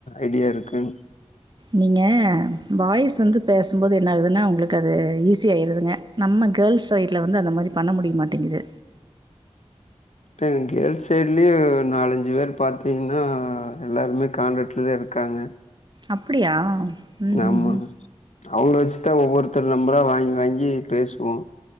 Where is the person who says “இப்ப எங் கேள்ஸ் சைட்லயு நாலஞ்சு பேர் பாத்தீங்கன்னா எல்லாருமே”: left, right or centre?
Left